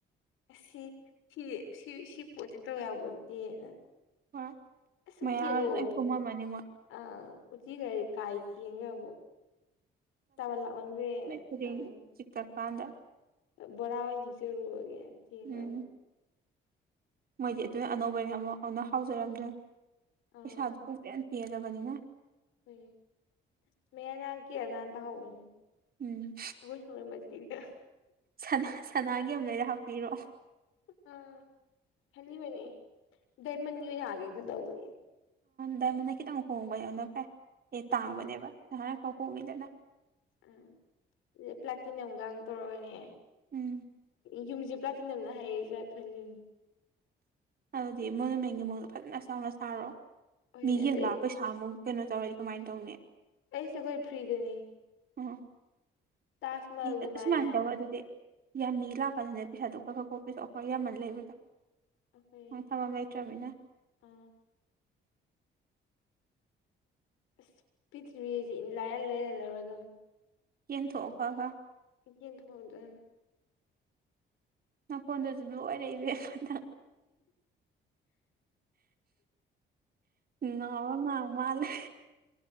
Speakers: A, on the left; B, on the right.
A: ꯑꯁꯤ ꯁꯤ ꯁꯤ ꯁꯤ ꯄꯣꯠꯁꯦ ꯇꯧ ꯌꯥꯄꯣꯠꯇꯦꯅ꯫
B: ꯍꯣꯏ
A: ꯨꯏꯁ ꯑꯨꯆꯤ
B: ꯃꯌꯥꯒꯗꯣ
A: ꯑꯉꯧꯕ
B: ꯂꯣꯏ
A: ꯑꯃ ꯑꯨꯔꯤꯕ꯫
B: ꯀꯨꯝꯃꯝꯃꯅꯤ ꯃꯣꯏ
A: ꯑꯥ ꯎꯆꯤ ꯍꯖꯤꯛ ꯀꯥꯏ ꯆꯦꯟꯈ꯭ꯔꯦꯕꯨ ꯇꯥꯕꯜ ꯂꯥꯛꯃꯟꯒ꯭ꯔꯦꯅ꯫
B: ꯀꯩꯗꯧꯔꯤꯅꯣ
A: ꯑꯥ
B: ꯆꯤꯛꯇꯔꯀꯥꯟꯗ꯫
A: ꯕꯣꯔꯥ ꯑꯣꯏꯅ ꯆꯆꯔꯨꯔꯒꯦ ꯊꯦꯡꯈꯔ
B: ꯎꯝ
A: ꯑꯃꯨꯛ꯫
B: ꯃꯣꯏꯗꯤ ꯑꯗꯨꯅ ꯑꯅꯧꯕꯩꯅ ꯑꯃꯨꯛ ꯑꯃꯟꯅ ꯍꯥꯎꯖꯔꯝꯗꯣꯏ
A: ꯑꯥ
B: ꯄꯩꯁꯥꯗꯨ ꯄꯨꯡꯄꯦꯟ ꯄꯦꯟꯂꯕꯅꯤꯅ꯫
A: ꯀꯔꯤ ꯃꯦꯔꯥ ꯅꯥꯝ ꯀꯌꯥ ꯅꯥꯝ ꯇꯧꯍꯧꯕꯅꯦ꯫
B: ꯎꯝ꯫
A: ꯑꯩꯈꯣꯏ ꯁꯨꯃꯥꯏ <unintelligible>
B: ꯁꯅꯥ ꯁꯅꯥꯒꯤ ꯑꯝ ꯂꯩꯔ ꯍꯥꯞꯄꯤꯔꯛꯑꯣ꯫
A: ꯑ ꯈꯜꯂꯤꯕꯅꯤ ꯗꯥꯏꯃꯟꯒꯤ ꯑꯣꯏꯅ ꯌꯥꯒ ꯀꯗꯧꯕ꯫
B: ꯗꯥꯏꯃꯟꯅ ꯈꯤꯇꯪ ꯍꯣꯡꯕ ꯌꯥꯝꯅ ꯐꯩ ꯑꯦ
A: ꯎꯝ
B: ꯇꯥꯡꯕꯅꯦꯕ ꯅꯍꯥꯟꯈꯥꯎ ꯍꯣꯡꯉꯤꯗꯅ꯫
A: ꯎꯝ ꯑꯗꯨ ꯄ꯭ꯂꯥꯇꯤꯅꯝ ꯒꯥꯡ ꯇꯧꯔꯒꯅꯦ꯫
B: ꯎꯝ꯫
A: ꯌꯨꯝꯁꯦ ꯄ꯭ꯂꯥꯇꯤꯅꯝꯅ ꯍꯩꯔꯁꯤꯔꯥ ꯈꯜꯂꯤꯃꯤ꯫
B: ꯑꯗꯨꯗꯤ ꯃꯣꯏꯅ ꯃꯦꯟꯒꯤ ꯃꯑꯣꯡꯗ ꯐꯖꯅ ꯆꯥꯎꯅ ꯁꯥꯔꯣ
A: ꯍꯣꯏ
B: ꯃꯤ ꯌꯦꯡꯂꯛꯑ
A: ꯑꯗꯩ
B: ꯄꯩꯁꯥ ꯥ <unintelligible> ꯃꯨꯛ ꯀꯩꯅꯣ ꯇꯧꯔꯗꯤ ꯀꯃꯥꯏꯅ ꯇꯧꯅꯤ꯫
A: ꯑꯩꯁꯦ ꯂꯣꯏꯅ ꯐ꯭ꯔꯤꯗꯅꯤ꯫
B: ꯎꯝ꯫
A: ꯇꯥꯖꯃꯍꯜꯒꯨꯃꯥꯏꯅ
B: ꯅꯪ ꯑꯁꯨꯃꯥꯏꯅ ꯇꯧꯔ ꯑꯗꯨꯗꯤ ꯌꯥꯝ ꯃꯤ ꯂꯥꯛꯄꯅꯤꯅꯦ ꯄꯩꯁꯥꯗꯣ ꯈꯔ ꯈꯔ ꯀꯣꯛ ꯄꯤꯗꯣ ꯈꯣꯏ ꯌꯥꯝꯃꯜ ꯂꯩꯕꯗꯣ꯫
A: ꯑꯈꯣꯏ
B: ꯊꯝꯐꯝ ꯂꯩꯇ꯭ꯔꯕꯅꯤꯅ
A: ꯑ ꯑꯁ ꯄꯤꯊ꯭ꯔꯤꯕꯤꯁꯦ ꯏꯟ ꯂꯥꯏꯌꯥꯔ ꯂꯥꯏꯌꯥꯔ ꯂꯧꯔꯗꯝꯅꯤ꯫
B: ꯌꯦꯟꯊꯣꯛꯑꯣ ꯈꯔ ꯈꯔ꯫
A: ꯌꯦꯡꯊꯣꯛꯑꯨꯗꯣꯏꯅꯤ꯫
B: ꯅꯥꯈꯣꯟꯗꯨꯁꯨ ꯂꯣꯏꯔꯦ ꯏꯕꯦꯝꯃ ꯅꯪ ꯉꯥꯎꯔꯥ ꯉꯥꯡ ꯃꯥꯜꯂꯦ